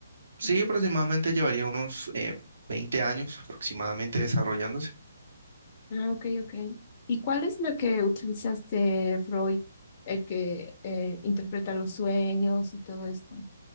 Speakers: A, on the right; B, on the left.
A: Sí,
B: Mm.
A: aproximadamente llevaría unos eh, 20 años aproximadamente desarrollándose.
B: Ah, ok, ok. ¿Y cuál es la que utilizaste, Freud, el que eh, interpreta los sueños y todo esto?